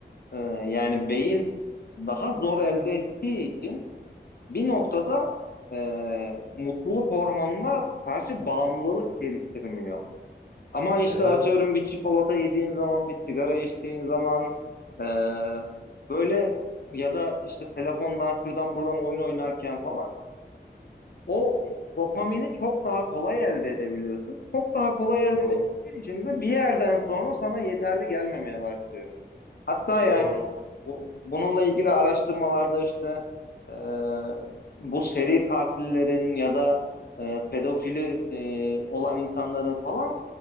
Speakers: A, on the left; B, on the left.
A: e, yani beyin daha zor elde ettiği için bir noktada e, mutluluk hormonuna karşı bağımlılık geliştirmiyor. Ama işte
B: Hı hı.
A: atıyorum bir çikolata yediğin zaman, bir sigara içtiğin zaman e, böyle ya da işte telefondan şuradan buradan oyun oynarken falan o dopamini çok daha kolay elde edebiliyorsun. Çok daha kolay elde
B: Doğru,
A: edebildiğin için de bir yerden sonra sana yeterli gelmemeye başlıyor. Hatta yani
B: doğrudur.
A: bu- bununla ilgili araştırmalarda işte e, bu seri katillerin ya da e, pedofili e, olan insanların falan